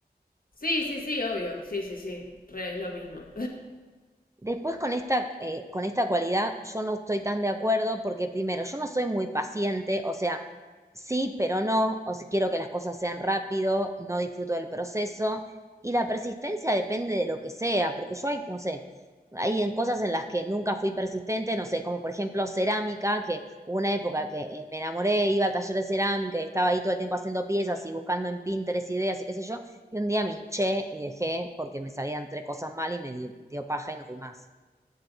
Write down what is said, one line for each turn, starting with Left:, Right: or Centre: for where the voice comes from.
Left: Sí, sí, sí, obvio. Sí, sí, sí. Re, es lo mismo.
Right: Después con esta, eh, con esta cualidad yo no estoy tan de acuerdo porque primero, yo no soy muy paciente, o sea, sí, pero no, o si quiero que las cosas sean rápido, no disfruto del proceso y la persistencia depende de lo que sea, porque yo hay, no sé, hay en cosas en las que nunca fui persistente, no sé, como por ejemplo cerámica, que hubo una época que eh, me enamoré, iba al taller de cerámica y estaba ahí todo el tiempo haciendo piezas y buscando en Pinterest ideas y qué sé yo, y un día me hinché y dejé porque me salían tres cosas mal y me di- dio, paja y no fui más.